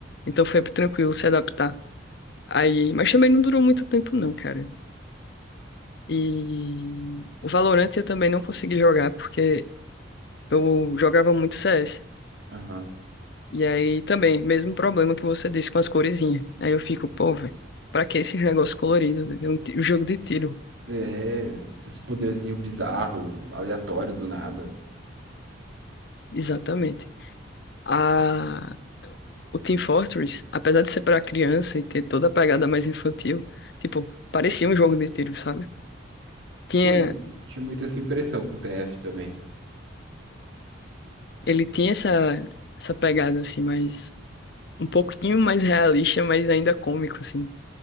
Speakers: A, on the left; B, on the right.
A: Então foi tranquilo se adaptar. Aí, mas também não durou muito tempo não, cara. E o Valorant eu também não consegui jogar, porque eu jogava muito CS.
B: Aham.
A: E aí também, mesmo problema que você disse com as coresinhas. Aí eu fico, pô, velho. Pra que esse negócio colorido? né? É um ti- um jogo de tiro.
B: É, esses poderzinho bizarro, aleatório do nada.
A: Exatamente. A, o Team Fortress, apesar de ser para criança e ter toda a pegada mais infantil, tipo, parecia um jogo de tiro, sabe? Tinha,
B: Pô, eu tinha muito essa impressão com o TF também.
A: ele tinha essa, essa pegada, assim, mais, um pouquinho mais realista, mas ainda cômico, assim,